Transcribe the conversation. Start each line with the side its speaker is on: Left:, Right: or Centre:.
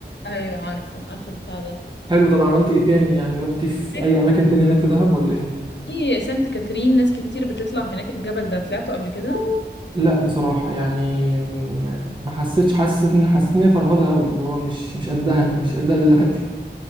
Left: ايوه عارفة عارفة البتاع ده
Right: حلو طب عملت ايه تاني يعني رحتي في
Left: بس
Right: اي اماكن تاني هناك في دهب ولا ايه
Left: في سانت كاترين ناس كتير بتطلع هناك الجبل ده طلعته قبل كده
Right: لا بصراحه يعني م- ما حسيتش حسيت ان حسيت ان هي فرهضه قوي اللي هو مش مش قدها انا مش قدها <laughs> دلوقتي